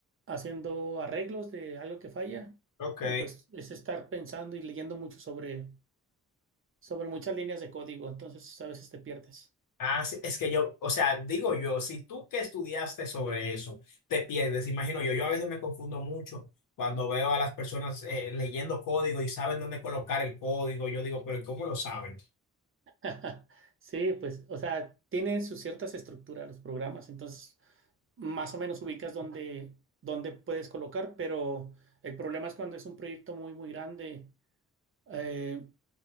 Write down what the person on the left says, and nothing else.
Ok.
Ah, sí, es que yo, o sea, digo yo, si tú que estudiaste sobre eso, te pierdes, imagino yo, yo a veces me confundo mucho cuando veo a las personas eh, leyendo código y saben dónde colocar el código, yo digo, pero ¿cómo lo saben?